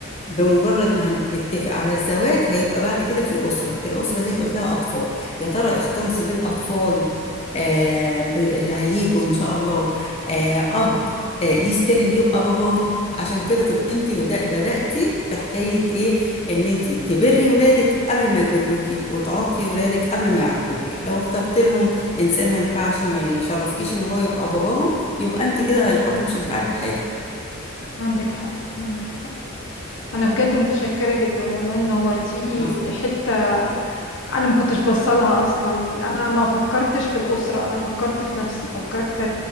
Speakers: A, on the left; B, on the left.
A: بمجرد ما هنتفق على الزواج هيبقى بعد كده في أسرة الأسرة دي هيبقى فيها أطفال يا ترى اختارتي ليه الأطفال آه ب- اللي هيجوا إن شاء الله آه أب آه، يستاهل يبقى باباهم عشان كده تبقى انت بدأ بدأتي في حكاية ايه ان انت تبري ولادك قبل ما يبروكي وتعاقي ولادك قبل ما يعاقوكي لو اخترت لهم انسان ما ينفعش ما يشرفكيش ان هو يبقى باباهم يبقى انت كده الحب مش هينفعك بحاجة
B: عندك حق عندك حق انا بجد متشكره جدا والله نورتيلي
A: عفواً،
B: حته انا ما كنتش بصلها اصلا انا ما فكرتش في الاسره انا فكرت في نفسي فكرت